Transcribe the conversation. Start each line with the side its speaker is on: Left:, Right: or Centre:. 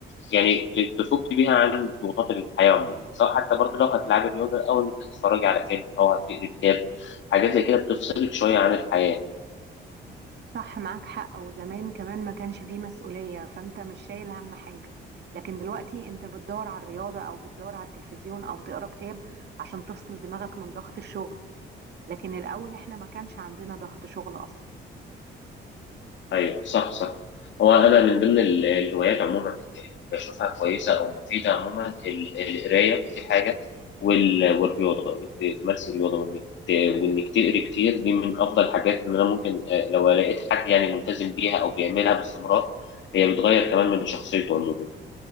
Left: يعني ت- تفك بيها عن ضغوطات الحياة عموما سواء حتى برضه لو هتلعبي رياضة أو إنك هتتفرجي على فيلم أو هتقري كتاب حاجات زي كده بتفصلك شوية عن الحياة
Right: صح معاك حق وزمان كمان ما كانش فيه مسؤولية فانت مش شايل هم حاجة لكن دلوقتي انت بتدور على الرياضة او بتدور على التلفزيون او تقرا كتاب عشان تفصل دماغك من ضغط الشغل لكن الاول احنا ما كانش عندنا ضغط شغل اصلا
Left: أيوه صح صح هو أنا من ضمن ال- الهوايات عموما اللي بشوفها كويسة أو مفيدة عموما ال- القراية دي حاجة وال- والرياضة إنك تمارسي الرياضة وإنك ت- وإنك تقري كتير دي من أفضل الحاجات إن أنا ممكن آه، لو لقيت حد يعني ملتزم بيها أو بيعملها باستمرار هي بتغير كمان من شخصيته عموما